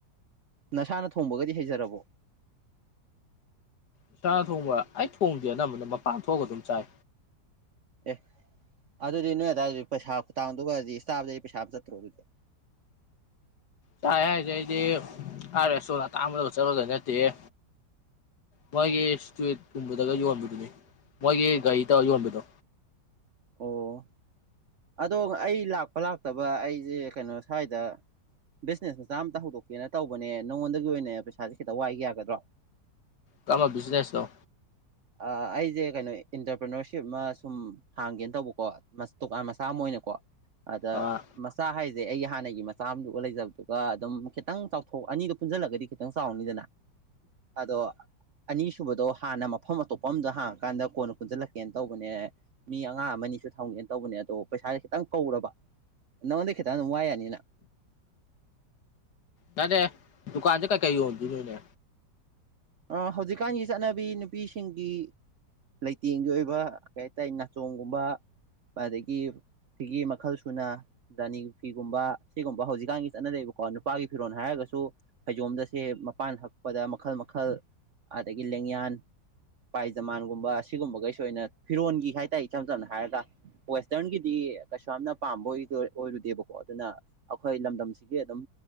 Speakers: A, on the right; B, on the left.
A: ꯅꯁꯥꯅ ꯊꯣꯡꯕꯒꯗꯤ ꯍꯩꯖꯔꯕꯣ
B: ꯏꯁꯥ ꯊꯣꯡꯕ ꯑꯩ ꯊꯣꯡꯗꯦ ꯑꯅꯝꯕꯅ ꯃꯄꯥꯟ ꯊꯣꯛꯑꯒ ꯑꯗꯨꯝ ꯆꯥꯏ
A: ꯑꯦ ꯑꯗꯨꯗꯤ ꯅꯣꯏ ꯑꯗꯨꯋꯥꯏꯗꯤ ꯄꯩꯁꯥ ꯈꯨꯇꯥꯡꯗꯨꯒꯗꯤ ꯏꯁꯇꯥꯞꯗꯗꯤ ꯄꯩꯁꯥ ꯑꯃ ꯆꯠꯇ꯭ꯔꯣ ꯑꯗꯨꯗꯤ
B: ꯆꯥꯏ ꯍꯥꯏꯁꯦ ꯑꯩꯗꯤ ꯐ꯭ꯔꯥꯏ ꯔꯥꯏꯁꯇꯣ ꯑꯇꯥꯕꯗꯒ ꯆꯠꯂꯨꯗꯣ ꯅꯠꯇꯦꯍꯦ ꯃꯣꯏꯒꯤ ꯏꯁꯇꯨꯋꯦꯠꯀꯨꯝꯕꯗꯒ ꯌꯣꯟꯕꯗꯨꯅꯤ ꯃꯣꯏꯒꯤ ꯒꯥꯔꯤ ꯇꯧꯔ ꯌꯣꯟꯕꯗꯣ
A: ꯑꯣ ꯑꯗꯣ ꯑꯩ ꯂꯥꯛꯄ ꯂꯥꯛꯇꯕ ꯑꯩꯁꯦ ꯀꯩꯅꯣ ꯁ꯭ꯋꯥꯏꯗ ꯕꯤꯖꯤꯅꯦꯁ ꯃꯆꯥ ꯑꯃꯇ ꯍꯧꯗꯣꯛꯀꯦꯅ ꯇꯧꯕꯅꯦ ꯅꯉꯣꯟꯗꯒꯤ ꯑꯣꯏꯅ ꯄꯩꯁꯥꯥꯁꯦ ꯈꯤꯇ ꯋꯥꯏꯒꯦ ꯌꯥꯒꯗ꯭ꯔꯣ <inaudible>
B: ꯀꯝꯕ ꯕꯤꯒꯤꯅꯦꯁ ꯅꯣ
A: <inaudible> ꯑꯥ ꯑꯩꯁꯦ ꯀꯩꯅꯣ ꯏꯟꯇꯔꯄ꯭ꯔꯤꯅꯔꯁꯤꯞ ꯑꯃ ꯁꯨꯝ ꯍꯥꯡꯒꯦꯅ ꯇꯧꯕꯀꯣ ꯃꯥ ꯇꯣꯀꯥꯟ ꯆꯥꯃ ꯑꯣꯏꯅꯀꯣ ꯑꯗ
B: ꯑꯥ
A: ꯃꯆꯥ ꯍꯥꯏꯁꯦ ꯑꯩ ꯍꯥꯟꯅꯒꯤ ꯃꯆꯥ ꯑ ꯑꯃꯗꯨꯒ ꯂꯩꯖꯕꯗꯨꯒ ꯑꯗꯨꯝ ꯈꯤꯇꯪ ꯆꯥꯎꯊꯣꯛ ꯑꯅꯤꯗꯨꯣ ꯄꯨꯟꯖꯜꯂꯒꯗꯤ ꯈꯤꯇꯪ ꯆꯥꯎꯅꯤꯗꯅ ꯑꯗꯣ ꯑꯅꯤꯁꯨꯕꯗꯣ ꯍꯥꯟꯅ ꯃꯐꯝ ꯑꯇꯣꯞꯄ ꯑꯝꯗ ꯍꯥꯡꯉꯀꯥꯟꯗ ꯀꯣꯟꯅ ꯄꯨꯟꯁꯤꯜꯂꯛꯀꯦꯅ ꯇꯧꯕꯅꯦ ꯃꯤ ꯑꯉꯥꯡ ꯑꯃꯅꯤꯁꯨ ꯊꯝꯒꯦꯅ ꯇꯧꯕꯅꯦ ꯑꯗꯣ ꯄꯩꯁꯥꯥꯁꯦ ꯈꯤꯇꯪ ꯀꯧꯔꯕ ꯅꯉꯣꯟꯗꯩꯩ ꯈꯤꯇꯪ ꯑꯗꯨꯝ ꯋꯥꯏ ꯌꯥꯅꯤꯅ
B: ꯇꯅꯦ ꯗꯨꯀꯥꯟꯁꯦ ꯀꯩꯀꯩ ꯌꯣꯟꯗꯣꯏꯅꯣꯏꯅꯦ
A: ꯑ ꯍꯧꯖꯤꯛꯀꯥꯟꯒꯤ ꯆꯠꯅꯕꯤ ꯅꯨꯄꯤꯁꯤꯡꯒꯤ ꯂꯩꯇꯦꯡꯒꯤ ꯑꯣꯏꯕ ꯀꯩ ꯍꯥꯏꯇꯥꯔꯦ ꯅꯥꯆꯣꯡꯒꯨꯝꯕ ꯑꯗꯒꯤ ꯁꯤꯒꯤ ꯃꯈꯜ ꯁꯨꯅ ꯔꯥꯅꯤ ꯐꯤꯒꯨꯝꯕ ꯁꯤꯒꯨꯝꯕ ꯍꯧꯖꯤꯛꯀꯥꯟꯒꯤ ꯆꯠꯅꯔꯛꯏꯕꯥꯀꯣ ꯅꯨꯄꯥꯒꯤ ꯐꯤꯔꯣꯜ ꯍꯥꯏꯔꯒꯁꯨ ꯐꯩꯖꯣꯝꯗꯁꯦ ꯃꯄꯥꯟ ꯍꯛꯄꯗ ꯃꯈꯜ ꯃꯈꯜ ꯑꯗꯒꯤ ꯂꯦꯡꯌꯥꯟ ꯄꯥꯏꯖꯃꯥꯟꯒꯨꯝꯕ ꯁꯤꯒꯨꯝꯕꯈꯩꯁꯨ ꯑꯣꯏꯅ ꯐꯤꯔꯣꯟꯒꯤ ꯍꯥꯏꯇꯥꯔꯦ ꯏꯆꯝ ꯆꯝꯅ ꯍꯥꯏꯔꯒ ꯋꯦꯁꯇ꯭ꯔꯟꯒꯤꯗꯤ ꯀꯩꯁꯨ ꯌꯥꯝꯅ ꯄꯥꯝꯕ ꯑꯣꯏꯗꯨ ꯑꯣꯏꯔꯨꯗꯦꯕꯀꯣ ꯑꯗꯨꯅ ꯑꯩꯈꯣꯏ ꯂꯝꯗꯝꯁꯤꯒꯤ ꯑꯗꯨꯝ